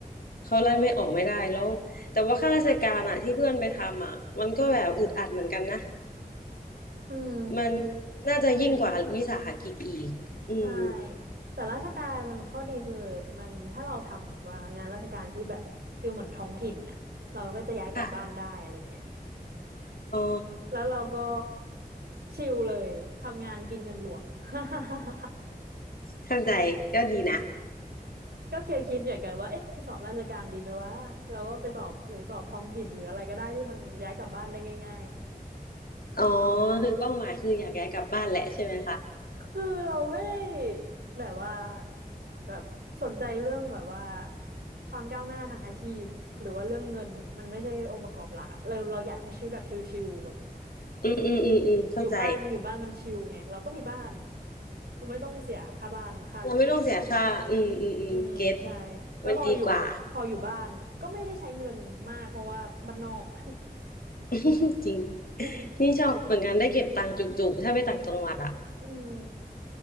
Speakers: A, on the left; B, on the right.
A: เขาไล่ไม่ออกไม่ได้แล้วแต่ว่าข้าราชการอะที่เพื่อนไปทำอะมันก็แบบอึดอัดเหมือนกันนะ
B: อืม
A: มันน่าจะยิ่งกว่าวิสาหกิจอีกอืม
B: ใช่แต่ราชการมันข้อดีคือมันถ้าเราทำแบบว่างานราชการที่แบบฟิลเหมือนท้องถิ่นน่ะเราก็จะย้ายกลับบ้านได้อะไรเงี้ย
A: ค่ะอ๋อ
B: แล้วเราก็ชิลเลยทำงานกินเงินหลวง <laughs>
A: เข้าใจก็ดีนะ
B: ก็เคยคิดเหมือนกันว่าเอ๊ะไปสอบราชการดีไหมวะเราก็ไปสอบหรือสอบท้องถิ่นหรืออะไรก็ได้ที่มันย้ายกลับบ้านได้ง่าย
A: <laughs> อ๋อคือเป้าหมายคืออยากย้ายกลับบ้านแหละใช่ไหมคะ
B: คือเราไม่ได้แบบว่าแบบสนใจเรื่องแบบว่าความก้าวหน้าทางอาชีพหรือว่าเรื่องเงินมันไม่ใช่องค์ประกอบหลักอะเราเราอยากใช้ชีวิตแบบชิลๆอะ
A: อืมอืมอืมอืมเข้าใจ
B: อยู่บ้านอยู่บ้านมันชิลไงเราก็มีบ้านมันไม่ต้องเสียค่าบ้านค่า
A: เราไม่ต้องเสียค่าอืมอืมอืมเก็ต
B: อืมใช่แล้วพออยู่พออยู่บ้านก็ไม่ได้ใช้เงินมากเพราะว่าบ้านนอก
A: มันดีกว่า
B: <laughs>
A: <laughs> จริง
B: เออ
A: นี่ชอบเหมือนกันได้เก็บตังค์จุกๆถ้าไปต่างจังหวัดอะ
B: อืม